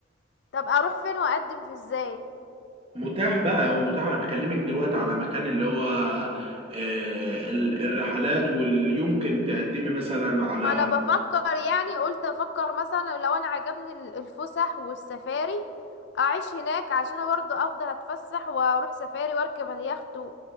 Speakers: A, on the left (about 60°); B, on the right (about 30°).
A: طب أروح فين وأقدم في إزاي
B: متاح بقى هو متاح انا بكلمك دلوقتي على مكان اللي هو آه، ال- الرحلات واللي يمكن تقدمي مثلا على
A: ما انا بفكر يعني قلت افكر مثلا لو انا عجبني ال- الفسح والسفاري اعيش هناك عشان انا برضه افضل اتفسح واروح سفاري واركب اليخت و-